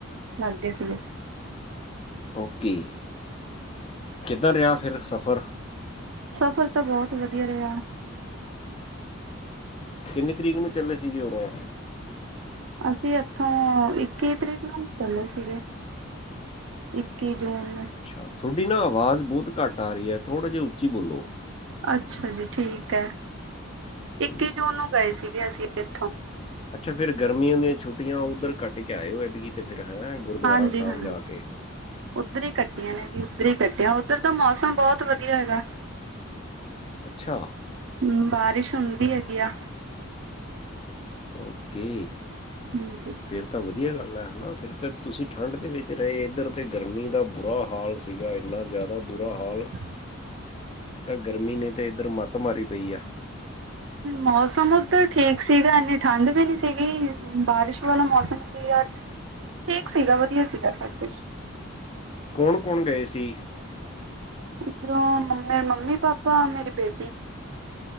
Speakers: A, on the right; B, on the left.
A: ਲੱਗ ਗਏ ਸੀਗੇ।
B: ਓਕੇ, ਕਿੱਦਾਂ ਰਿਹਾ ਫਿਰ ਸਫ਼ਰ?
A: ਸਫ਼ਰ ਤਾਂ ਬਹੁਤ ਵਧੀਆ ਰਿਹਾ।
B: ਕਿੰਨੀ ਤਰੀਕ ਨੂੰ ਚੱਲੇ ਸੀਗੇ ਉਰੋਂ
A: ਅਸੀਂ ਇੱਥੋਂ ਇੱਕੀ ਤਰੀਕ ਨੂੰ ਚੱਲੇ ਸੀਗੇ। ਇੱਕੀ ਜੂਨ। ਨੂੰ
B: ਅੱਛਾ, ਤੁਹਾਡੀ ਨਾਂ ਆਵਾਜ਼ ਬਹੁਤ ਘੱਟ ਆ ਰਹੀ ਐ, ਥੋੜ੍ਹਾ ਜਿਆ ਉੱਚੀ ਬੋਲੋ।
A: ਅੱਛਾ ਜੀ ਠੀਕ ਐ, ਇੱਕੀ
B: ਹਮ,
A: ਜੂਨ ਨੂੰ ਗਏ ਸੀਗੇ ਅਸੀਂ ਇੱਥੋਂ।
B: ਅੱਛਾ ਫਿਰ ਗਰਮੀਂਆਂ ਦੀਆਂ ਛੁੱਟੀਆਂ ਉੱਧਰ ਕੱਟ ਕੇ ਆਏ ਹੋਏ ਤੇ ਫਿਰ ਹੈਂ ਗੁਰੂਦੁਆਰਾ
A: ਹਾਂਜੀ
B: ਸਾਹਿਬ
A: ਹਾਂਜੀ
B: ਜਾ ਕੇ।
A: ਉੱਧਰ ਈ ਕੱਟੀਆਂ ਨੇਂ ਜੀ ਉੱਧਰ ਹੀ ਕੱਟੀਆਂ ਉੱਧਰ ਦਾ ਮੌਸਮ ਬਹੁਤ ਵਧੀਆ ਹੈਗਾ।
B: ਅੱਛਾ।
A: ਹਂ, ਬਾਰਿਸ਼ ਹੁੰਦੀ ਹੈਗੀ ਆ।
B: ਓਕੇ।
A: ਹਂ <unintelligible>
B: ਫਿਰ ਤਾਂ ਵਧੀਆ ਗੱਲ ਐ ਹਨਾਂ? ਫਿਰ ਤਾਂ ਤੁਸੀਂ ਠੰਡ ਦੇ ਵਿੱਚ ਰਹੇ ਇੱਧਰ ਤਾਂ ਗਰਮੀ ਦਾ ਬੁਰਾ ਹਾਲ ਸੀ। ਸੀਗਾ ਇੰਨਾ ਜ਼ਿਆਦਾ ਬੁਰਾ ਹਾਲ।
A: ਹ
B: ਤਾਂ ਗਰਮੀਂ ਨੇ ਤਾਂ ਇੱਧਰ ਮੱਤ ਮਾਰੀ ਪਈ ਆ।
A: ਮੌਸਮ ਉੱਧਰ ਠੀਕ ਸੀਗਾ, ਇੰਨੀ ਠੰਡ ਵੀ ਨਹੀਂ ਸੀਗੀ, ਬਾਰਿਸ਼ ਵਾਲਾ ਮੌਸਮ ਸੀਗਾ। ਠੀਕ ਸੀਗਾ, ਵਧੀਆ ਸੀਗਾ, ਸਭ ਕੁੱਛ।
B: ਕੌਣ ਕੌਣ ਗਏ ਸੀ‌
A: ਇੱਧਰੋਂ ਮੇਰੇ ਮੰਮੀ ਪਾਪਾ ਮੇਰੀ ਬੇਟੀ